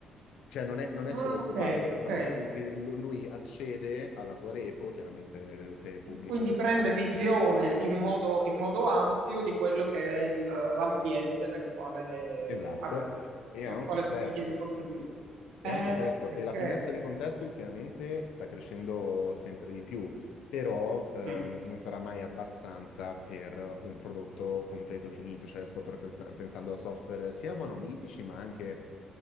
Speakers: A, on the left; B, on the right.
A: Cioè, non è, non è
B: Ah,
A: solo il
B: ok,
A: copilot, è proprio
B: ok.
A: un- eh, lu- lui accede alla tua repo, chiaramente eh, se è pubblica
B: Quindi
A: o se
B: prende
A: no tramite
B: visione
A: login.
B: in modo, in modo ampio di quello che è il- l'ambiente nel quale,
A: Esatto,
B: eh, al- eh,
A: e e
B: nel
A: ha un
B: quale
A: contesto.
B: tu gli chiedi di contribuire.
A: E
B: Eh,
A: ha un contesto,
B: ok.
A: e la finestra di contesto ultimamente sta crescendo sempre di più, però ehm,
B: Mm.
A: non sarà mai abbastanza per un prodotto completo finito. Cioè, sto proprio pens- pensando a software sia monolitici, ma anche